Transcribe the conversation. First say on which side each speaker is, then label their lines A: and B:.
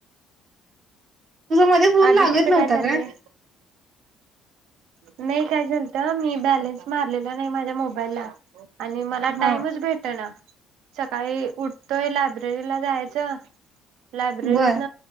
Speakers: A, on the right (about 35°); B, on the right (about 75°).
A: मध्ये फोन
B: आदितीच
A: लागत नव्हता
B: काय चाललंय! नाही काय चाल मी बॅलन्स मारलेला नाही माझ्या मोबाईलला आणि मला
A: हा
B: टाइमच भेट ना सकाळी उठतोय, लायब्ररीला जायचं. लायब्ररीतन
A: बर